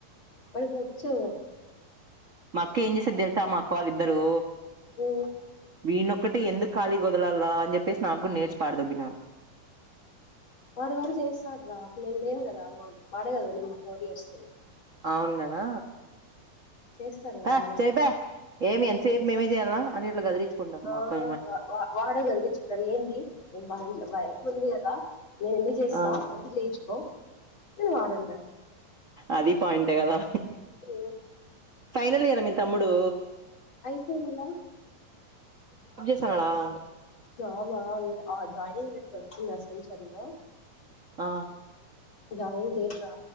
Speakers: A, on the left (about 40°); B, on the right (about 50°).
A: వాడికి వచ్చు
B: మా అక్క ఏం చేసది తెలుసా మా అక్క వాళ్ళిద్దరు
A: ఉ
B: వీనొక్కటి ఎకు ఖాళీ గదలాలా అని చెప్పేసి నాకు కూడా నేర్చి పడదుభిన
A: వాడు వాడు చేస్తాడు రా అప్పుడు నేను లేను కదా మా వాడే కదండి ఫోర్ ఇయర్స్
B: అవును కదా
A: చేస్తారు వాళలా
B: పా చెయ్యిపా ఏమి ఎంతసేపు మేమే చేయాలా అని ఇట్లా గదిలిచుకుంటారు
A: ఆ
B: మా కొ
A: వాడే కలిగించుకుంటారు ఏంది నేను వాళ బయ ఉంది కదా నేను ఎందుకు చేస్తా
B: ఆ
A: చెయిన్‌చుకూ నేను వాడంటారు
B: అది పాయింట్ కదా
A: ఓ
B: ఫైనల్ ఇయరా మీ తమ్ముడు
A: అయిపోయినలా
B: చాల
A: జాబా జానింగ్ లేఖ వచ్చింది యాక్సెంచర్ లూ
B: ఆ
A: న దేట రా